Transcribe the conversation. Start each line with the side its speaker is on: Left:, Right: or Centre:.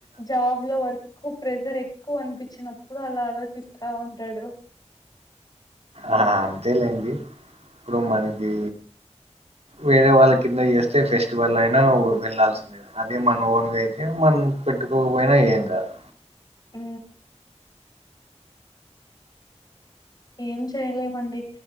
Left: జాబ్ లో వర్క్ ప్రెజర్ ఎక్కువ అనిపించినప్పుడు అలా ఆలోచిస్తా ఉంటాడు.
Right: ఆ అంతేలేండి. ఇప్పుడు మనకి వేరే వాళ్ళ కింద చేస్తే ఫెస్టివల్ అయినా వెళ్లాల్సిందే. అదే మన ఓన్గా అయితే మన పెట్టుకోకపోయినా ఏం కాదు.
Left: ఊ ఏం చేయలేమండి.